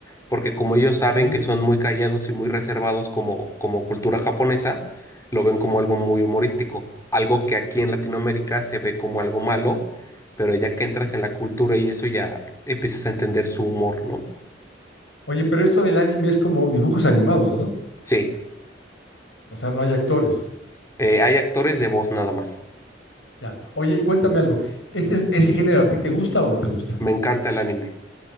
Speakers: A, on the left; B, on the left.
A: Porque como ellos saben
B: Mm.
A: que son muy callados y muy reservados como, como cultura japonesa, lo ven como algo muy humorístico. Algo que aquí en Latinoamérica se ve como algo malo, pero ya que entras en la cultura y eso ya empiezas a entender su humor, ¿no?
B: Oye, pero esto del anime es como dibujos animados, ¿no?
A: Sí,
B: O sea, no hay actores.
A: eh, hay actores de voz nada más.
B: Ya. Oye, y cuéntame algo. ¿Este, es- ese género a ti te gusta o no te gusta?
A: Me encanta el anime.